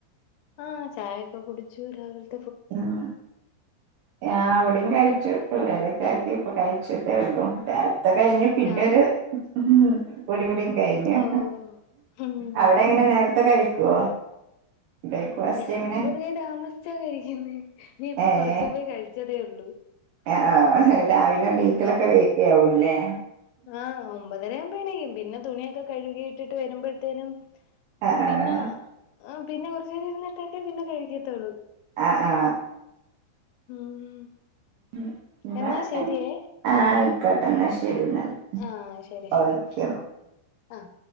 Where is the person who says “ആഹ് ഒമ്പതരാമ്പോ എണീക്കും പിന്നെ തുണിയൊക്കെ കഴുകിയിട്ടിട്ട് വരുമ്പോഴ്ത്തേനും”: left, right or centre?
Left